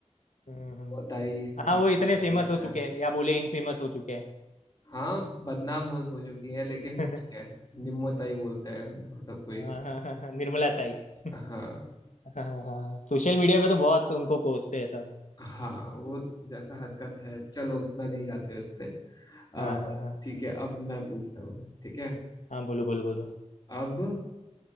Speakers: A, on the left; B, on the left.
A: हम्म हम्म।
B: होता ही जिसको
A: हाँ वो इतने फेमस
B: बोलता
A: हो चुके
B: है
A: हैं या बोले इन फेमस हो चुके हैं
B: हाँ बदनाम हो, हो चुकी है लेकिन
A: <laughs>
B: ठीक है निम्नताई बोलते हैं उनको सब कोई
A: हाँ हाँ हाँ हाँ, निर्मला ताई <laughs>
B: हाँ
A: हाँ हाँ सोशल मीडिया पे तो बहुत उनको कोसते हैं सब
B: हाँ वो जैसा हरकत है चलो उतना नहीं जाते उस पे आ,
A: हाँ हाँ हाँ
B: ठीक है अब मैं पूछता हूँ ठीक है
A: हाँ बोलो बोलो बोलो
B: अब